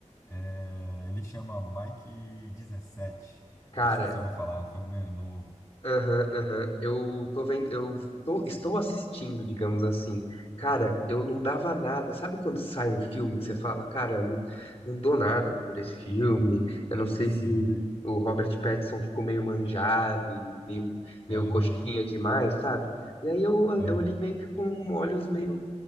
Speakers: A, on the left; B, on the left.
A: É, ele chama Mike dezessete.
B: Cara,
A: Não sei se eu vou falar, é um filme meio novo.
B: aham, aham. Eu tô vendo, eu tô- estou assistindo, digamos assim. Cara, eu não dava nada. Sabe quando sai um filme que você fala, cara, não, não dou nada por esse filme. Eu não sei
A: Se.
B: se o Robert Pattinson ficou meio manjado, meio, meio
A: Aham,
B: coxinha demais, sabe? E aí eu,
A: aham,
B: eu olhei meio que com olhos meio